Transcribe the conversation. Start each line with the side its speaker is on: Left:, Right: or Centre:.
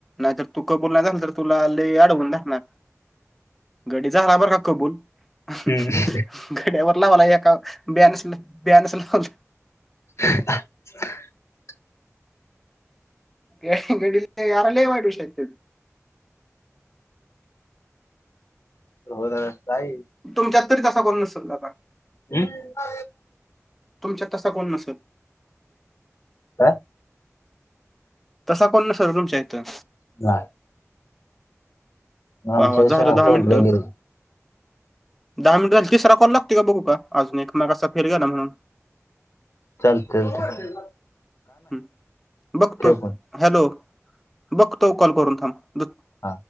Centre: नाय तु कबुल नाही झालं तर तुला लई अडवून धरणार. गडीचा झाला बर का कबूल. अहं
Left: हम्म.
Centre: अहं हं गड्यावर लावला एका बॅन्स बॅन्स लावला.
Left: <unintelligible>
Centre: या हं घडीला यार लय वाढू शकतं
Left: होय लगा काय हे
Centre: तुमच्यात तरी तसा कोन नसल दादा
Left: काय
Centre: तुमच्यात तसा कोण नसल
Left: आ.
Centre: तसा कोण नसल तुमच्या इथं
Left: जा. आमच्या
Centre: दादा झालं
Left: शाळा
Centre: दहा
Left: सोडलेली
Centre: मिनटं. दहा मिनिट झाली तिसरा कॉल लागतोय का बघू का अजून एक मघाचा फेल गेला ना
Left: चालतय चालतय
Centre: ह बघतो
Left: फोन
Centre: हॅलो बघतो कॉल करून थांब बघ
Left: हा